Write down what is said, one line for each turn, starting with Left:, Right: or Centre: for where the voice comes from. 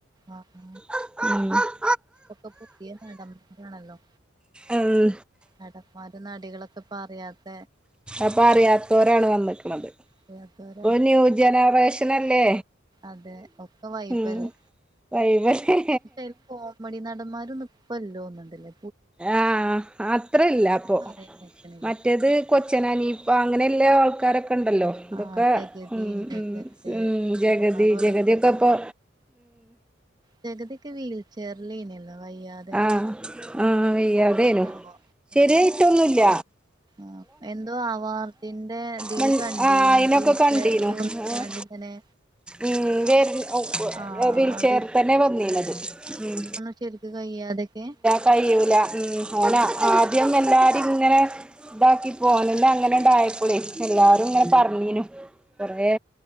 Right: ആഹ്
Centre: ഉം
Right: ഒക്കെ പുതിയ നടൻമാരാണല്ലോ
Centre: അവൂ
Right: നടൻമാരും നടികളൊക്കെ അറിയാത
Centre: അപ്പൊ അറിയാത്തവരാണ് വന്നിക്കണത്
Right: അറിയാത്ത
Centre: ഓഹ് ന്യൂ ജനറേഷനല്ലേ
Right: അതെ ഒക്കെ വൈബ്
Centre: ഉം
Right: അല്ലേ
Centre: വൈബല്ലേ
Right: ചപ്പോ മടി നടന്മാരും ഇപ്പല്ലോ തോന്നുണ്ടല്ലേ
Centre: ആഹ് അത്രല്ല അപ്പൊ
Right: പറയാൻ കേക്കണില്ല
Centre: മറ്റേത് കൊച്ചനാനീ അപ്പ അങ്ങനെയുള്ള ആൾക്കാരൊക്കെ ഉണ്ടല്ലോ
Right: ആഹ്
Centre: ഇതൊക്കെ
Right: ജഗതി
Centre: ഉം
Right: ഇന്നസെന്റ്
Centre: ഉം ഉം ജഗതി
Right: സുകുമാർ ഓലൊക്കെ
Centre: ജഗദീക്കപ്പോ
Right: ജ കതിയൊക്ക വീൽചർ ലേനല്ലോ വയ്യാ
Centre: ആഹ് ആഹ് വയ്യാതേനു
Right: ആവോ
Centre: ശരിയായിട്ടൊന്നുംല്ല
Right: ആഹ് എന്തോ ആവാർഡിന്റെ ഇതിൽ
Centre: മൺ
Right: കണ്ടീനി
Centre: ആഹ് അയിനൊക്കെ
Right: വീൽചെയറിൽവന്നാണ്ട്
Centre: കണ്ടീനു ആഹ്
Right: തന്നെ
Centre: ഉം വേര്
Right: ആഹ്
Centre: വീൽചെയർ
Right: അവിടെ
Centre: തന്നെ വന്നീന്നത് ഉം
Right: ശെരിക്ക് കയ്യാ അതൊക്കെ
Centre: കഴൂല ഉം ഓനെ ആദ്യം എല്ലാരും ഇങ്ങനെ ഇതാക്കി പോനല്ല അങ്ങനെ ഇണ്ടായപ്പോളേ എല്ലാരും ഇങ്ങനെ പറഞ്ഞീനു കൊറെ